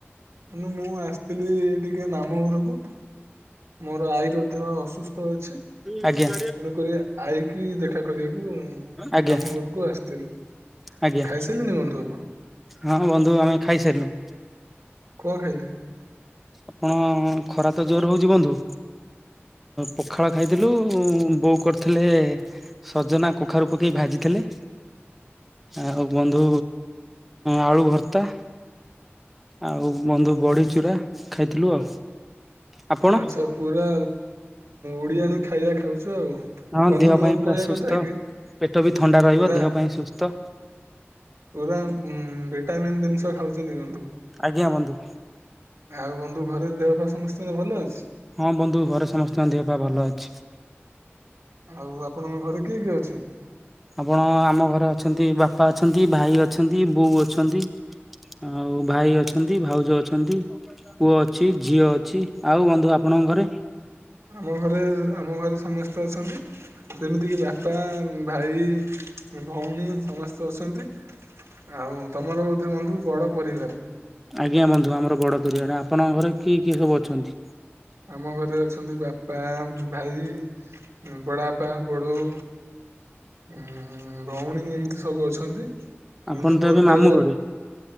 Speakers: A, on the right (about 80°); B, in the centre.
A: ମୁଁ ମୁଁ ଆସିଥିଲି ଟିକେ ମାମୁଁ ଘରକୁ ମୋର ଆଈର ଦେହ ଅସୁସ୍ଥ ଅଛି।
B: ଆଜ୍ଞା।
A: ତେଣୁକରି ଆଈ କି ଦେଖା କରିବାକୁ
B: ଆଜ୍ଞା
A: ମାମୁଁ ଘରକୁ ଆସିଥିଲି।
B: ଆଜ୍ଞା
A: ଖାଇସାରିଲେଣି ବନ୍ଧୁ ଆପଣ?
B: ହଁ ବନ୍ଧୁ ଆମେ ଖାଇସାରିଲୁ।
A: କଣ ଖାଇଲେ?
B: ଆପଣ ଖରାତ ଜୋର୍ ହଉଛି ବନ୍ଧୁ। ପଖାଳ ଖାଇଥିଲୁ ବୋଉ କରିଥିଲେ ସଜନା କଖାରୁ ପକେଇ ଭାଜିଥିଲେ।
A: ହ <unintelligible>
B: ଆଉ ବନ୍ଧୁ ଆଳୁ ଭର୍ତ୍ତା ଆଉ ବନ୍ଧୁ ବଢ଼ି ଚୁରା ଖାଇଥିଲୁ ଆଉ। ଆପଣ
A: ଆଚ୍ଛା ପୁରା ଓଡିଆଣି ଖାଇବା ଖାଉଚ ଆଉ।
B: ହଁ
A: ବନ୍ଧୁ
B: ଦେହ
A: ମୋର
B: ପାଇଁ
A: କହିବା
B: ପୁରା ସୁସ୍ଥ
A: କଥା କି
B: ପେଟ ବି ଥଣ୍ଡା ରହିବ
A: ପୁରା
B: ଦେହ ପାଇଁ ସୁସ୍ଥ।
A: ପୁରା ଭିଟାମିିନ୍ ଜିନିଷ ଖାଉଚନ୍ତି ବନ୍ଧୁ।
B: ଆଜ୍ଞା ବନ୍ଧୁ।
A: ଆଉ ବନ୍ଧୁ ଘରେ ଦେହ ପା ସମସ୍ତଙ୍କ ଭଲ ଅଛି?
B: ହଁ ବନ୍ଧୁ ଘରେ ସମସ୍ତଙ୍କ ଦେହ ପା ଭଲ ଅଛି।
A: ଆଉ ଆପଣଙ୍କ ଘରେ କିଏ-କିଏ ଅଛନ୍ତି?
B: ଆପଣ ଆମ ଘରେ ଅଛନ୍ତି ବାପା ଅଛନ୍ତି ଭାଇ ଅଛନ୍ତି ବୋଉ ଅଛନ୍ତି ଆଉ ଭାଇ ଅଛନ୍ତି ଭାଉଜ ଅଛନ୍ତି ପୁଅ ଅଛି ଝିଅ ଅଛି, ଆଉ ବନ୍ଧୁ ଆପଣଙ୍କ ଘରେ?
A: ଆମ ଘରେ ଆମ ଘରେ ସମସ୍ତେ ଅଛନ୍ତି। ଯେମ୍ତିକି ବାପା ଭାଇ ଭଉଣୀ ସମସ୍ତେ ଅଛନ୍ତି। ଆଉ ତମର ମଧ୍ୟ ବନ୍ଧୁ ବଡ ପରିବାର?
B: ଆଜ୍ଞା ବନ୍ଧୁ ଆମର ବଡ଼ ପରିବାର, ଆପଣଙ୍କ ଘରେ କିଏ-କିଏ ସବୁ ଅଛନ୍ତି?
A: ଆମ ଘରେ ଅଛନ୍ତି ବାପା ଭାଇ ବଡ଼ ବାପା ବଡ଼ଉ। ଉଁ ଭଉଣୀ ଏମ୍ତି ସବୁ ଅଛନ୍ତି।
B: ଆପଣ
A: ବନ୍ଧୁ
B: ତ
A: ମୋର
B: ଏବେ
A: କହିବାର
B: ମାମୁଁ ଘରେ